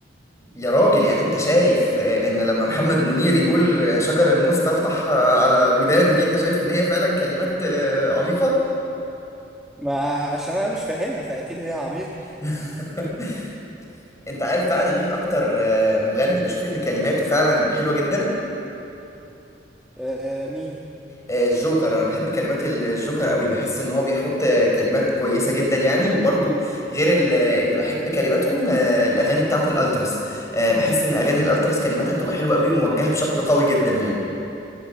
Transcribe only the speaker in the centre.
ما عشان أنا مش فاهمها فأكيد هي عميقة
آه، مين